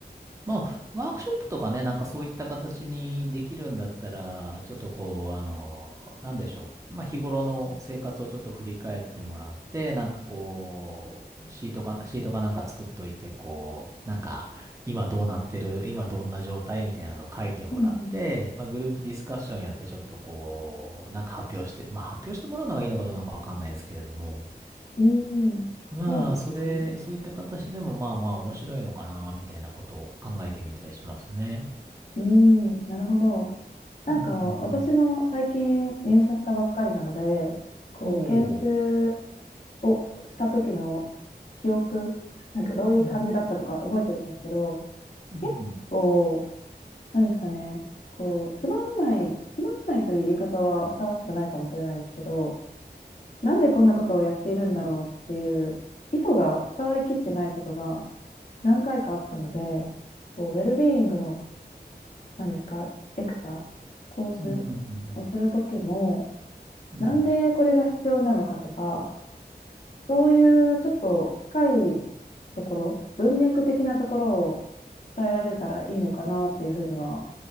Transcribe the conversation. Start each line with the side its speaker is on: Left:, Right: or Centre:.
Right: まあ、ワークショップとかね、なんかそういった形にできるんだったら、ちょっとこう、あの、なんでしょう。まあ、日頃の生活をちょっと振り返ってもらって、なんかこう、シートか、シートかなんか作っといて、こう、なんか、今どうなってる、今どんな状態みたいなのを書いてもらって、
Left: うん
Right: まあ、グループディスカッションやって、ちょっとこう、なんか発表して、まあ、発表してもらうのがいいのかどうなのかわかんないですけれども、
Left: うん。うーん、
Right: まあ、
Left: そうですね。
Right: それ、そういった形でもまあまあ面白いのかな、みたいなことを考えてみたりしますね。
Left: うーん、なるほど。なんか、
Right: うんうん
Left: 私も最近入社したばっかりなので、こう、
Right: うん。おー。
Left: 研修をした時の記憶、なんかどういう感じだったとか覚えてるんですけど、
Right: うん、うん、
Left: 結構、
Right: うん。
Left: なんですかね、こう、つまらない、つまらないという言い方はふさわしくないかもしれないですけど、なんでこんなことをやっているんだろうっていう意図が伝わりきってないことが何回かあったので、こう、ウェルビーイングの、なんですか、レクチャー、講習
Right: うんうんうんうん。
Left: をする時も、
Right: うん。
Left: なんでこれが必要なのかとか、そういうちょっと深いところ、文脈的なところを伝えられたらいいのかなっていうふうには